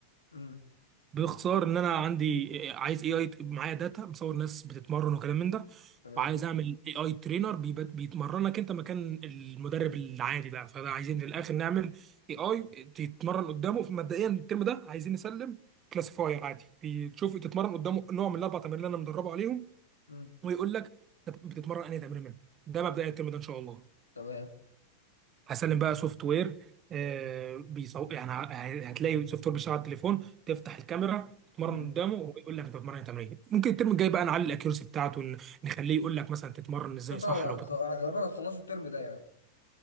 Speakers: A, on the left; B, on the right.
A: امم
B: باختصار ان انا عندي عايز اي اي معايا داتا مصور ناس بتتمرن وكلام من ده
A: تمام
B: وعايز اعمل اي اي ترينر بيتمرنك انت مكان المدرب العادي بقى فده عايزين في الاخر نعمل اي اي تتمرن قدامه مبدئيا الترم ده عايزين نسلم كلاسيفاير عادي بتشوف تتمرن قدامه نوع من الاربع تمارين اللي انا مدربه عليهم
A: مم.
B: ويقول لك بتتمرن انهي تمرين منهم ده مبدئيا الترم ده ان شاء الله
A: تمام
B: هسلم بقى سوفت وير آه، بيصو... يعني ه- يعني هتلاقي سوفت وير بيشتغل على التليفون تفتح الكاميرا تتمرن
A: مم.
B: قدامه وهو يقول لك انت بتتمرن تمرين ممكن الترم الجاي بقى نعلي الاكيورسي بتاعته ن- نخليه يقول لك مثلا تتمرن ازاي
A: انت
B: صح
A: هتخ...
B: لو بت...
A: غالبا هتخلصوا الترم ده يعني